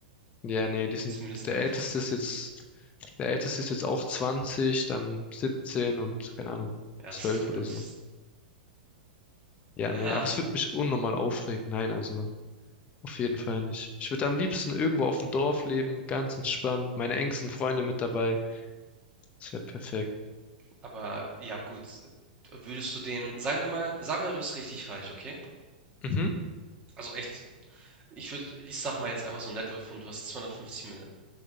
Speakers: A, on the left (about 25°); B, on the right (about 25°).
A: Ja, nee, die sind,
B: Zumindest
A: der
B: ein
A: Älteste
B: Vorteil.
A: ist jetzt, der Älteste ist jetzt auch 20, dann 17 und keine Ahnung,
B: Ja,
A: 12
B: ist zu alt.
A: oder so. Ja, nee,
B: Ja,
A: aber es würde mich unnormal aufregen. Nein, also auf jeden Fall nicht. Ich würde am liebsten irgendwo auf dem Dorf leben, ganz entspannt, meine engsten Freunde mit dabei. Das wäre perfekt.
B: aber ja, gut. Würdest du den, sagen wir mal, sagen wir, du bist richtig reich, okay?
A: Mhm,
B: Also echt, ich würde, ich sag mal jetzt einfach so ein Net Worth und du hast 250 Mille.